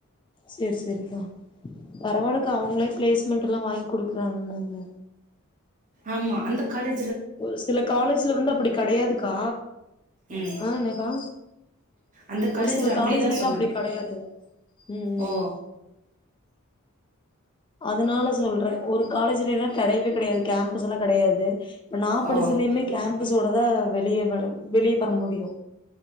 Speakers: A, on the left; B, on the right.
A: செரி செரிக்கா பரவாலக்கா அவுங்ளே பிளேஸ்மெண்ட் எல்லா வா குடுக்குறாங் அங்க
B: ஆமா அந்த காலே
A: ஒரு சில காலேஜ்ல வந்து அப்டி கெடையாதுக்கா
B: ம்
A: அ என்னக்கா
B: அந்த
A: ஒரு சில
B: அப்படிதான்
A: காலேஜ்ல எல்லா
B: சொன்னாங்க
A: அப்படி கெடையாது உம் உம்
B: ஓ
A: அதுனால சொல்றே ஒரு காலேஜ்லி எல்லா கெடையவே கெடையாது கேம்பஸ் எல்லா கெடையாது ப்ப நா படிச்சதுலிமே
B: ஓ
A: கேம் ப்ஸ்சோடதா வெளிய வர வெளிய வர முடியு